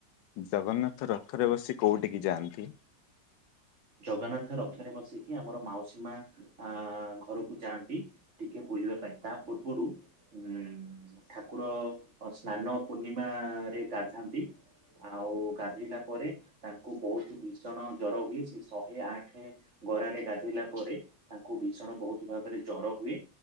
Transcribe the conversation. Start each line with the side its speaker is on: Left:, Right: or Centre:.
Left: ଜଗନ୍ନାଥ ରଥରେ ବସି କୋଉଠିକି ଯାଆନ୍ତି?
Right: ଜଗନ୍ନାଥ ରଥରେ ବସିକି ଆମର ମାଉସୀମା ଆ ଘରକୁ ଯାଆନ୍ତି ଟିକେ ବୁଲିବା ପାଇଁ ତା ପୂର୍ବରୁ ଉଁ ଠାକୁର ସ୍ନାନ ପୂର୍ଣ୍ଣିମାରେ ଗାଧାନ୍ତି ଆଉ ଗାଧେଇଲା ପରେ ତାଙ୍କୁ ବହୁତ ବିଝ ଜଣ ଜର ହୁଏ। ଶହେ ଆଠ ଗରାରେ ଗାଧେଇଲା ପରେ ତାଙ୍କୁ ଭୀଷଣ ବହୁତ ଭାବରେ ଜର ହୁଏ